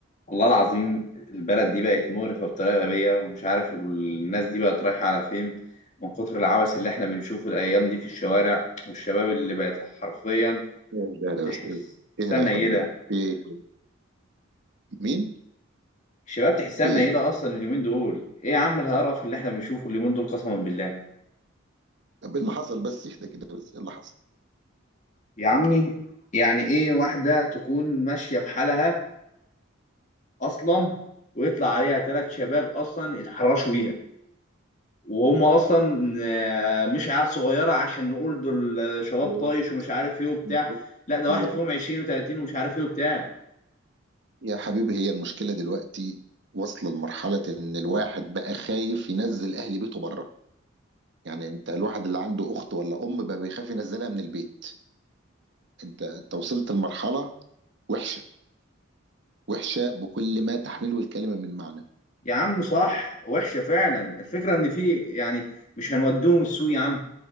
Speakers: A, on the left (about 35°); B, on the right (about 60°).
A: والله العظيم البلد دي بقت مقرفة بطريقة غبية ومش عارف الناس دي بقت رايحة على فين من كتر العبث اللي احنا بنشوفه الأيام دي في الشوارع والشباب اللي بقت حرفيا
B: اهدى اهدى
A: تحس
B: بس
A: تحسها
B: اهدى
A: منيلة
B: يا حبيبي كده في ايه مين
A: الشباب تحسها
B: في
A: منيلة
B: ايه
A: أصلا اليومين دول إيه يا عم القرف اللي احنا بنشوفه اليومين دول قسما بالله
B: طب ايه اللي حصل بس اهدى كده بس ايه اللي حصل
A: يا عمي يعني إيه واحدة تكون ماشية في حالها أصلا ويطلع عليها ثلاث شباب أصلا يتحرشوا بيها وهم اصلا آه، مش عيال صغيره عشان نقول دول آه، شباب
B: هو
A: طايش ومش عارف ايه وبتاع
B: بص
A: لا ده
B: هي
A: واحد فيهم 20 و30 ومش عارف ايه وبتاع
B: يا حبيبي هي المشكله دلوقتي واصله لمرحله ان الواحد بقى خايف ينزل اهل بيته بره يعني انت الواحد اللي عنده اخت ولا ام بقى بيخاف ينزلها من البيت انت انت وصلت لمرحله وحشه وحشه بكل ما تحمله الكلمه من معنى
A: يا عم صح وحشه فعلا الفكره ان في يعني مش هنودوهم السوق يا عم